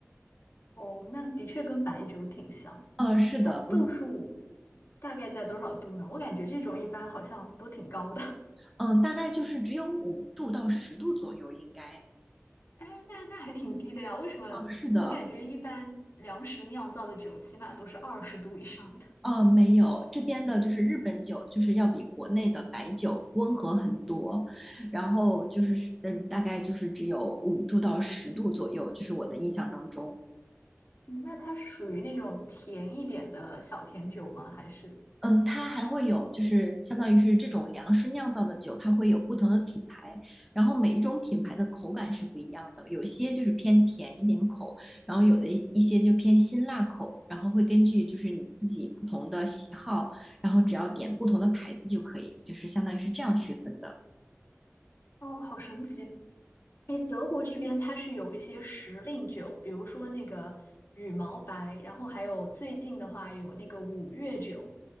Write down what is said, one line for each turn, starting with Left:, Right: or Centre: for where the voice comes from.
Left: 哦，那的确跟白酒挺像。
Centre: 呃，是的，
Left: 它度数
Centre: 我。
Left: 大概在多少度呢？我感觉这种一般好像都挺高的。<laughs>
Centre: 嗯，大概就是只有五度到十度左右，应该。
Left: 哎，那那还挺低的呀？为什么？
Centre: 哦，是的，
Left: 我感觉一般粮食酿造的酒起码都是二十度以上的。
Centre: 哦，没有，这边的就是日本酒，就是要比国内的白酒温和很多，然后就是，嗯，大概就是只有五度到十度左右，就是我的印象当中。
Left: 嗯那它是属于那种甜一点的小甜酒吗？还是？
Centre: 嗯，它还会有，就是相当于是这种粮食酿造的酒，它会有不同的品牌，然后每一种品牌的口感是不一样的，有些就是偏甜一点口，然后有的一一些就偏辛辣口，然后会根据就是你自己不同的喜好，然后只要点不同的牌子就可以，就是相当于是这样区分的。
Left: 哦，好神奇。哎，德国这边它是有一些时令酒，比如说那个羽毛白，然后还有最近的话有那个五月酒。